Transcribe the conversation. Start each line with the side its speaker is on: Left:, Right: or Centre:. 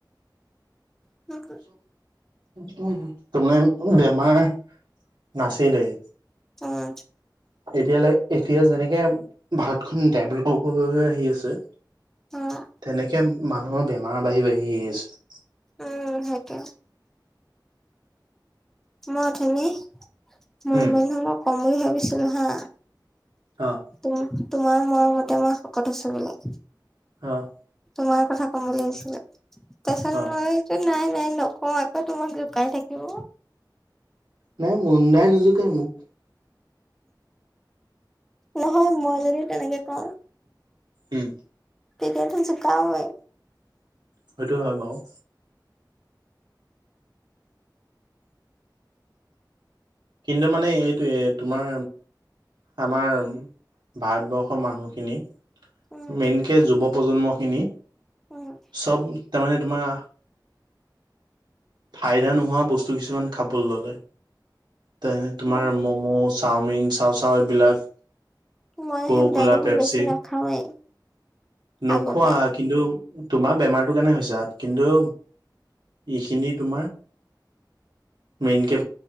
Centre: <inaudible>
Right: তুমি, বেমাৰ নাছিলেই।
Centre: উম।
Right: এতিয়ালৈ, এতিয়া, যেনেকে ভাৰতখন ডেভলপ হ'ব হৈ হৈ আহি আছে।
Centre: অ'।
Right: তেনেকে মানুহৰ, বেমাৰ বাঢ়ি, বাঢ়ি আহি আছে।
Centre: উম, সেইটোৱে। মই অথনি, মই
Right: উম
Centre: মানে মই কম বুলি ভাবিছিলো হা।
Right: অ'।
Centre: তোম, তোমাৰ মৰমতে মই, শকত হৈছোঁ বুলি।
Right: অ'।
Centre: তোমাৰ কথা ক'ম বুলি ভাবিছিলো, তাৰপিছত
Right: অ
Centre: মই নাই, নাই নকওঁ, আকৌ তোমাক জোকাই থাকিব।
Right: নাই মুন দাই নোজোকাই মোক।
Centre: নহয়, মই যদি তেনেকে কওঁ
Right: উম।
Centre: তেতিয়াতো জুকাবৈ।
Right: সেইটো হয় বাৰু। কিন্তু মানে, এইটোৱে তোমাৰ আমাৰ, ভাৰতবৰ্ষৰ মানুহখিনি
Centre: উম,
Right: মেইনকে যুৱ প্ৰজন্মখিনি
Centre: উম।
Right: চব তাৰমানে তোমাৰ ফাইদা নোহোৱা বস্তু কিছুমান খাবলৈ ল'লে। তে তোমাৰ
Centre: মই
Right: ম'ম', চাওমিন, চাওচাও এইবিলাক
Centre: মই
Right: ককোকলা,
Centre: সেইবিলাক দেখোন
Right: পেপচি
Centre: বেছি নাখাওৱেই
Right: নোখোৱা
Centre: আগৰ পৰাই
Right: কিন্তু তোমাৰ বেমাৰটোৰ কাৰণে হৈছে কিন্তু এইখিনি তোমাৰ মেইনকে